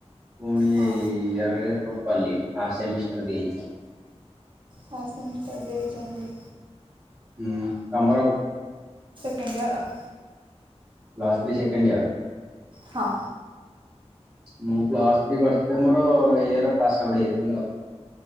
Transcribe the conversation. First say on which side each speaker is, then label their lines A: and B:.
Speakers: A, on the right (about 25°); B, on the right (about 45°).
A: ପୁଣିି
B: ହଁ
A: ଏଇ ଇଆର୍ ରେ ପ କଲି ଫାଷ୍ଟ ସେମିଷ୍ଟାର ଦେଇଛି।
B: ଫାଷ୍ଟ୍ ସେମିଷ୍ଟାର ଦେଇଛନ୍ତି?
A: ହୁଁ ତମର?
B: କେଣ୍ଡ ଇୟର ଆଉ।
A: Plus three second year?
B: ହଁ।
A: ମୁଁ ପ୍ଲସ୍ ଥ୍ରୀ କରିଥିଲି ମୋର ଇଏ ଇର ପାସ୍ ଆଉଟ ହେଇଥାନ୍ତ ଆଉ।